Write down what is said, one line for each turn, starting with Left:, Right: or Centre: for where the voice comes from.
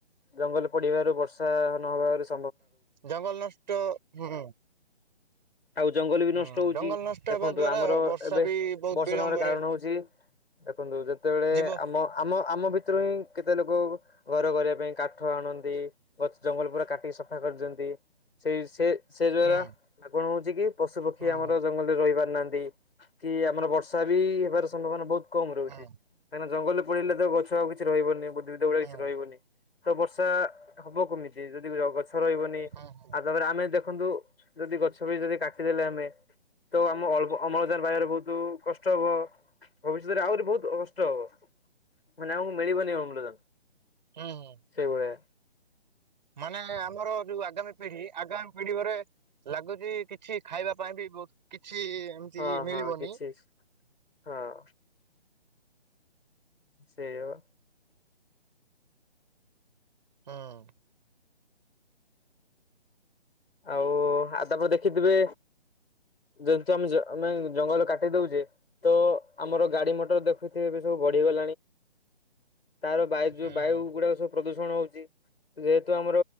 Left: ଜଙ୍ଗଲ ପୋଡିବାରୁ ବର୍ଷା ନହବାରୁ
Right: ଜଙ୍ଗଲ ନଷ୍ଟ ହୁଁ,
Left: ଆଉ ଜଙ୍ଗଲ ବି
Right: ହୁଁ
Left: ନଷ୍ଟ ହଉଛି
Right: ଜଙ୍ଗଲ ନଷ୍ଟ
Left: ଦେଖନ୍ତୁ
Right: ହେବା ଦ୍ଵାରା
Left: ଆମର
Right: ବର୍ଷା
Left: ଏବେ
Right: ବି ବହୁତ
Left: ବର୍ଷା
Right: ବିଳମ୍ବରେ
Left: ନ ହେବାର କାରଣ ହଉଚି ଦେଖନ୍ତୁ ଯେତେବେଳେ
Right: ଯିବ।
Left: ଆମ ଆମ ଆମ ଭିତରୁ ହିଁ କେତେ ଲୋକ ଘର କରିବା ପାଇଁ କାଠ ଆଣନ୍ ନ୍ତି ଗଛ ଜଙ୍ଗଲ ପୁରା କାଟିକି ସଫା କରିଦିଅନ୍ତି, ସେଇ ସେ ସେ ଦ୍ଵାରା
Right: ହୁଁ
Left: ଆପଣ କି ପଶୁ ପକ୍ଷୀ
Right: ହୁଁ
Left: ଆମର
Right: ହୁଁ
Left: ଜଙ୍ଗଲରେ ରହି ପାରୁନାହାନ୍ତି କି ଆମର ବର୍ଷା ବି ହେବାର ସମ୍ଭାବନା ବହୁତ କମ ରହୁଛି
Right: ହୁଁ
Left: କାହିଁକିନା ଜଙ୍ଗଲରେ ପଳିଲେ ତ ଗଛ ଆଉ କିଛି ରହିବନି ବୁଦ୍ଧିଧ ଭଳିଆ
Right: ହୁଁ
Left: କିଛି ରହିବନି। ତ ବର୍ଷା ହବ କେମିତି ଯଦି ଗଛ ରହିବନି
Right: ହୁଁ ହୁଁ
Left: ଆ ତାପରେ ଆମେ ଦେଖ ଦେଖନ୍ତୁ ଯଦି ଗଛ ବି ଯଦି କାଟିଦେଲେ ଆମେ ତ ଆମ ଅମଳଜାନ ପାଇବାର ବହୁତ କଷ୍ଟ ହବ ଭବିଷ୍ୟତରେ ଆହୁରି ବହୁତ କଷ୍ଟ ହବ। ମାନେ ଆମକୁ ମିଳିବନି ଅମ୍ଳଜାନ।
Right: ହୁଁ ହୁଁ,
Left: ସେଇଭଳିଆ।
Right: ମାନେ ଆମର ଯୋଉ ଆଗାମୀ ପିଢି ଆଗାମୀ ପିଢିରେ ଲାଗୁଛି କିଛି ଖାଇବା ପାଇଁ ବି ବହୁତ କି କିଛି ଏମତି
Left: ହଁ
Right: ମିଳିବନି।
Left: ହଁ କିଛି ହଁ ସେଇଆ ବା।
Right: ହୁଁ,
Left: ଆଉ ଆ ତାପରେ ଦେଖିଥିବେ ଯେହେତୁ ଆମେ ନାଇଁ ଜଙ୍ଗଲ କାଟି ଦଉଚେ ତ ଆମର ଗାଡି ମଟର ଦେଖୁଥିବେ ବି ସବୁ ବଢିବା ତାର ବାୟୁ
Right: ହୁଁ
Left: ବାୟୁ
Right: ହୁଁ
Left: ଗୁଡାକ ସବୁ ପ୍ରଦୁ ହଉଛି ଯେହେତୁ ଆମର